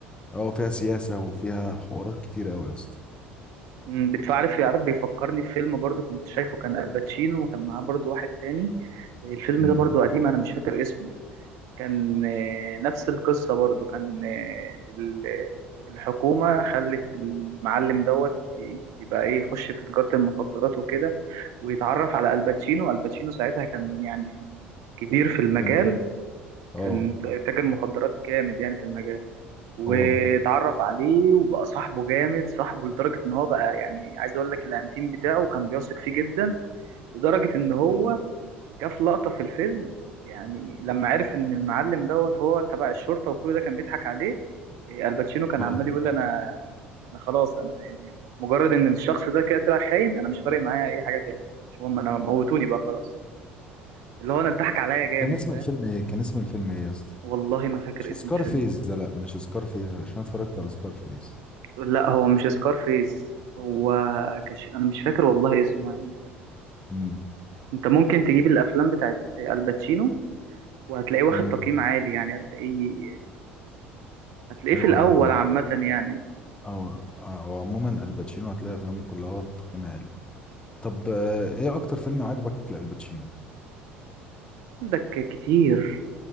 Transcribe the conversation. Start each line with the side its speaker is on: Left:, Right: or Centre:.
Left: اه فيها سياسه وفيها حوارات كتير قوي يا اسطى
Right: مم، بتعرف يعرف بيفكرني في فيلم برضو كنت شايفه كان الباتشينو وكان معاه برضو واحد تاني الفيلم
Left: امم
Right: ده برضو قديم انا مش فاكر اسمه كان آه، نفس القصة برضو كان آه، ال- آه، الحكومة خلت المعلم دوت ي- يبقى ايه يخش في تجارة المخدرات وكده ويتعرف على الباتشينو الباتشينو ساعتها كان يعني كبير في المجال
Left: فهمت اه
Right: كان تاجر مخدرات جامد يعني في المجال واتعرف
Left: اه
Right: عليه وبقى صاحبه جامد صاحبه لدرجة ان هو بقى يعني عايز اقول لك الانتيم بتاعه كان بيثق فيه جدا لدرجة ان هو جه في لقطة في الفيلم يعني لما عرف ان المعلم دوت هو تبع الشرطة وكل ده كان بيضحك عليه إيه، الباتشينو كان
Left: اه
Right: عمال يقول انا انا خلاص انا يعني مجرد ان الشخص ده كده طلع خاين انا مش فارق معايا اي حاجة تاني مش مهم انا موتوني بقى خلاص اللي هو انا اتضحك عليا جامد
Left: كان اسم
Right: فاهم
Left: الفيلم ايه كان اسم الفيلم ايه يا اسطى
Right: والله ما فاكر
Left: مش
Right: اسم
Left: سكار
Right: الفيلم
Left: فيس ده لا مش سكار فيس عشان أنا اتفرجت على سكار فيس
Right: لا هو مش سكارفيس هو كش... انا مش فاكر والله اسمه يعني
Left: امم
Right: انت ممكن تجيب الافلام بتاعت الباتشينو وهتلاقيه واخد
Left: امم
Right: تقييم عالي يعني هتلاقيه هتلاقيه
Left: ايوه
Right: في الاول
Left: يا عم هو-
Right: عامه يعني
Left: اه آه، وعموما الباتشينو هتلاقي افلامه كلها واخده تقييم عالي طب آه، ايه اكتر فيلم عجبك لالباتشينو
Right: عندك كتير